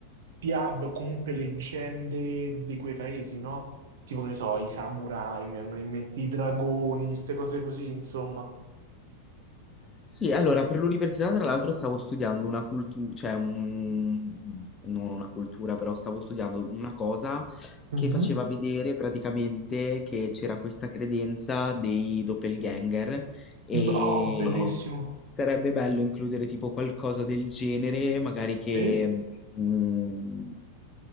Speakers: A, on the right; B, on the left.
A: fiabe o comunque leggende di quei paesi, no? Tipo, che ne so, i samurai, mi vengono in mente i dragoni, queste cose così, insomma.
B: Sì, allora per l'università tra l'altro stavo studiando una cultura, cioè un- non una cultura, però stavo studiando una cosa
A: Mhm.
B: che faceva vedere praticamente che c'era questa credenza dei doppelganger e
A: Oh, bellissimo.
B: sarebbe bello includere tipo qualcosa del genere, magari
A: Sì,
B: che mm,